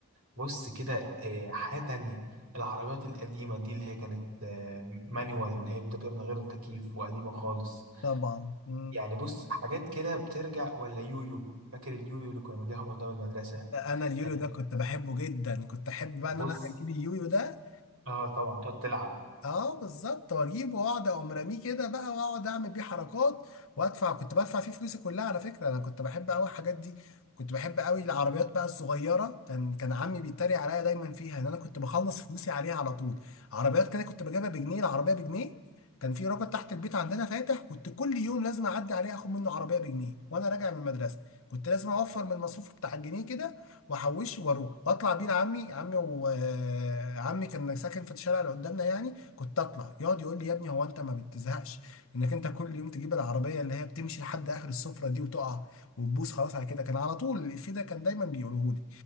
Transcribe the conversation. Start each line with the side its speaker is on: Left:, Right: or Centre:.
Right: بص كده آه، حاجة تانية العربيات القديمة دي اللي هي كانت آه، مانيوال اللي هي بتبقى من غير التكييف وقديمة خالص
Left: طبعا مم.
Right: يعني بص حاجات كده بترجع ولا يويو فاكر اليويو اللي كنا بنجيبها من قدام المدرسة
Left: انا اليوليو
Right: آه،
Left: ده كنت بحبه جدا كنت احب بقى
Right: بص
Left: ان انا اجيب اليويو ده
Right: اه طبعا تقعد تلعب
Left: اه بالظبط واجيبه واقعد اقوم راميه كده بقى واقعد اعمل بيه حركات وادفع كنت بدفع فيه فلوسي كلها على فكره انا كنت بحب قوي الحاجات دي كنت بحب قوي العربيات بقى الصغيره كان كان عمي بيتريق عليا دايما فيها ان انا كنت بخلص فلوسي عليها على طول عربيات كده كنت بجيبها بجنيه العربيه بجنيه كان في راجل تحت البيت عندنا فاتح كنت كل يوم لازم اعدي عليه اخد منه عربيه بجنيه وانا راجع من المدرسه كنت لازم اوفر من المصروف بتاع الجنيه كده واحوشه واروح واطلع بيه لعمي عمي وعمي كان ساكن في الشارع اللي قدامنا يعني كنت اطلع يقعد يقول لي يا ابني هو انت ما بتزهقش انك انت كل يوم تجيب العربيه اللي هي بتمشي لحد اخر السفره دي وتقع وتبوس خلاص على كده كان على طول الإفيه ده كان دايما بيقوله لي